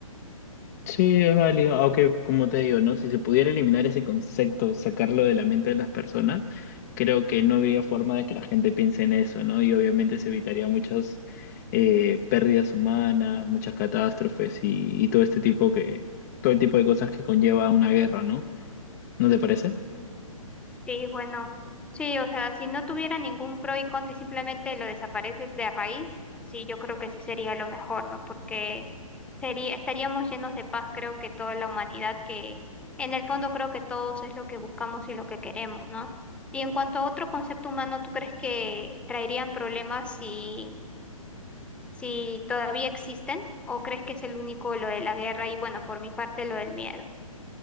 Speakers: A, on the left; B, in the centre.
A: Sí, es válido, aunque como te digo, ¿no? Si se pudiera eliminar ese concepto, sacarlo de la mente de las personas, creo que no habría forma de que la gente piense en eso, ¿no? Y obviamente se evitaría muchas eh, pérdidas humanas, muchas catástrofes y, y todo este tipo que, todo el tipo de cosas que conlleva una guerra, ¿no? ¿No te parece?
B: Sí, bueno, sí, o sea, si no tuviera ningún pro y contra y simplemente lo desapareces de raíz, sí, yo creo que sí sería lo mejor, ¿no? Porque sería, estaríamos llenos de paz, creo que toda la humanidad, que en el fondo creo que todos es lo que buscamos y lo que queremos, ¿no? Y en cuanto a otro concepto humano, ¿tú crees que traerían problemas si, si todavía existen? ¿O crees que es el único lo de la guerra y, bueno, por mi parte, lo del miedo?